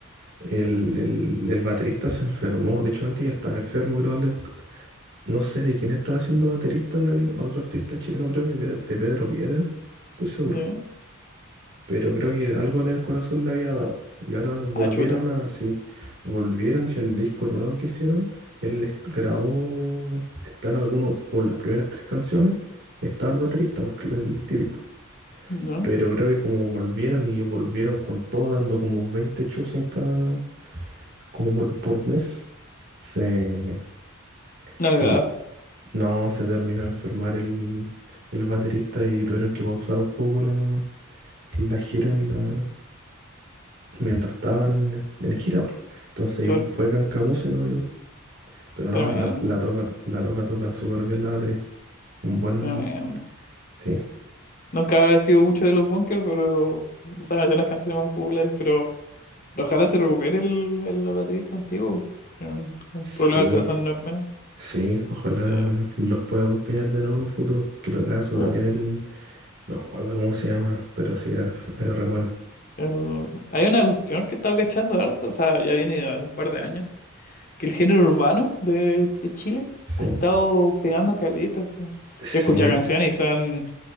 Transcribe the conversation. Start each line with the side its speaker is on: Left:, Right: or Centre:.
Right: El, el- el baterista se enfermó. De hecho, antes ya estaba enfermo, creo. al- No sé de quién estaba siendo baterista de alguien- otro artista chileno, creo que Pe- de Pedro Piedra. Estoy seguro.
Left: ya.
Right: pero creo que algo en el corazón le había dado. Y ahora volvieron
Left: Ah, chuta.
Right: a, sí, volvieron si el disco nuevo que hicieron, él les grabó, están algunos, con las primeras tres canciones, estaba el baterista, pues, el típico.
Left: No,
Right: Pero creo que como volvieron y volvieron con todo, dando como 20 shows en cada, como por, por mes, se,
Left: no
Right: se
Left: le da.
Right: te- no, se terminó de enfermar el, el baterista y tuvieron que pausar un poco la, la gira en la, mientras estaban en, en gira. pues. Entonces
Left: Claro.
Right: yo- fue Cancamusa y lo yo. Pero no,
Left: Tremendo,
Right: la, la, toca, la loca toca súper bien la batería. Un buen...
Left: tremendo.
Right: Sí,
Left: Nunca he sido mucho de los bunkers, pero... O sea, me sé las canciones más populares, pero... pero ojalá se recupere el, el baterista antiguo. porque Un un
Right: sí,
Left: problema del corazón no es menos.
Right: sí. Ojalá
Left: Sí. sí.
Right: los pueda acompañar de nuevo en un futuro. Que tocaba súper
Left: Claro.
Right: bien el... No me acuerdo cómo se llama, pero sí, era, era re bueno.
Left: El- Hay una cuestión que he estado cachando harto, o sea, ya viene de un par de años, que el género urbano de, de Chile
Right: Sí,
Left: ha estado pegando caleta, sí. Yo
Right: sí.
Left: he escuchado canciones y son,